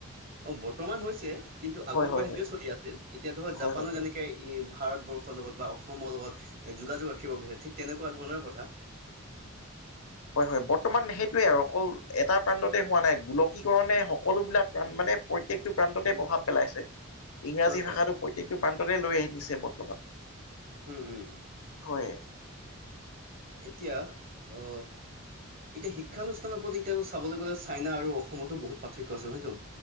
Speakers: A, on the right; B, on the left.
A: অ, বৰ্তমান হৈছে কিন্তু আগৰ
B: হয় হয়
A: পৰা সেইটোয়ে
B: হয়
A: চলি আছিল এতিয়া ধৰ
B: হয়
A: জাপানো
B: হয় হয়
A: যেনেকে ইয়ে ভাৰতবৰ্ষৰ লগত বা অসমৰ লগত যোগাযোগ ৰাখিব বিচাৰে ঠিক তেনেকুৱা ধৰণৰে কথা।
B: হয়- হয় বৰ্তমান সেইটোৱে আৰু অকল এটা প্ৰান্ততে হোৱা নাই গোলকীকৰণে সকলোবিলাক প্ৰাণ মানে প্ৰত্যেকটো প্ৰান্ততে প্ৰভাৱ পেলাইছে। ইংৰাজী
A: হয় হয়
B: ভাষাটো প্ৰত্যেকটো প্ৰান্ততে লৈ আহিছে বৰ্তমান।
A: উম- উম
B: হয়।
A: এতিয়া অ এতিয়া শিক্ষানুষ্ঠানৰ ওপৰত এতিয়া চাবলৈ গ'লে চাইনা আৰু অসমতো বহুত পাৰ্থক্য আছে হয়তো